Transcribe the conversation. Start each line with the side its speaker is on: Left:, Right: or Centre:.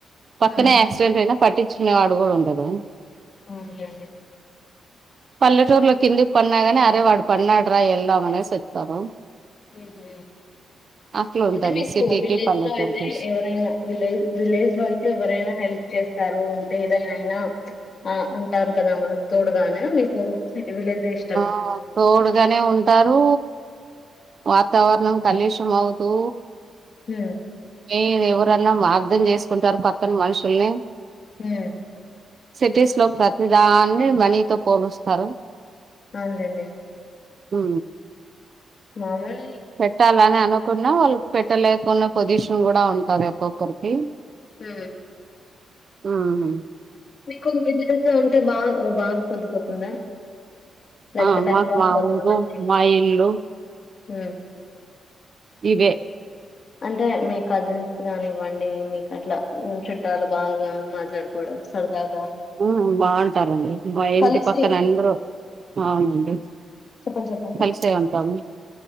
Right: పక్కనే
Left: ఉమ్
Right: క్సిడెంట్ అయినా పట్టించినాడు కూడా ఉండదు
Left: అవునులే అండి
Right: పల్లెటూరులో కిందికి పన్నాగాని అరే వాడు పన్నాడు రా వెళదాం అనేసి వత్తారు
Left: ఉహు
Right: అట్లా
Left: అంటే
Right: ఉంటది
Left: మీకు
Right: సిటీకి
Left: విలేజ్
Right: పల్లెటూరుకి
Left: లో అయితే ఎవరైనా విలేజ్ విలేజ్ లో అయితే ఎవరైనా హెల్ప్ చేస్తారు అంటే ఏదైనా అయినా ఆ ఉంటారు కదా మనకు తోడుగానే మీకు సిటీ విలేజ్ ఇష్టం
Right: ఆ తోడుగానే ఉంటారు వాతావరణం కలిషం అవుతూ
Left: ఉ
Right: ఏ ఎవరన్నా అర్ధం చేసుకుంటారు పక్కన మనుషుల్ని
Left: హ్మ్
Right: సిటీస్ లో ప్రతిదాన్ని మనీతో పోలుస్తారు
Left: అవునులేండి
Right: ఉ
Left: మాములే
Right: పెట్టాలని అనుకున్నా వాళ్ళకి పెట్టలేకున్న పొజిషన్ కూడ ఉంటది ఒక్కొక్కరికి
Left: ఉ
Right: ఉహు
Left: మీకు విదసం అంటే బా బాగ పొద్దుపోతుందా లైక్
Right: ఆ
Left: టైం
Right: మాకు
Left: పాస్
Right: మా
Left: అవుతుంది
Right: ఊరు
Left: మంచిగ
Right: మా ఇల్లు
Left: ఉ
Right: ఇవే
Left: అంటే మీ కజిన్స్ గానివ్వండి మీకు అట్లా చుట్టాలు బాగా మాట్లాడు డదు సరదాగా
Right: ఆ బాగుంటారండి మా ఇంటి
Left: కలిసి
Right: పక్కనే అందరూ అవునండి
Left: చెప్పం చెప్ప
Right: కలిసే ఉంటాము